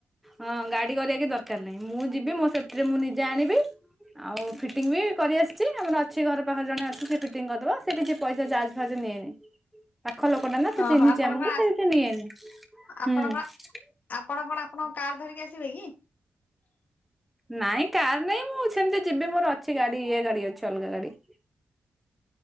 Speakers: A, in the centre; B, on the left.
A: ଅ ଗାଡି କରିବା କିଛି ଦର କାର ନାଇଁ। ମୁଁ ଯିବି ମୋ ସେଫ୍ଟି ରେ ମୁଁ ନିଜେ ଆଣିବି। ଆଉ ଫିଟିଙ୍ଗ ବି କରିଆସିଚି। ଆମର ଅଛି ଘର ପାଖରେ ଜଣେ ଅଛି ସେ ଫିଟିଙ୍ଗ କରିଦବ। ସେ କିଛି ପଇସା ଚାର୍ଜ ଫାର୍ଜ ନିଏନି। ପାଖ ଲୋକଟା ନା ସେ
B: ଓହୋ
A: ଚିହ୍ନିଚି
B: ଆପଣ
A: ଆମକୁ
B: କଣ
A: ସେ
B: ଆସ
A: କିଛି ନିଏନି।
B: ଆପଣ
A: ହୁଁ।
B: କଣ ଆପଣ କଣ ଆପଣଙ୍କ କାର୍ ଧରିକି ଆସିବେ କି?
A: ନାଇଁ କାର ନାଇଁ ମୁଁ ସେମିତି ଯିବି ମୋର ଅଛି ଗାଡି ଇଏ ଗାଡି ଅଛି ଅଲଗା ଗାଡି।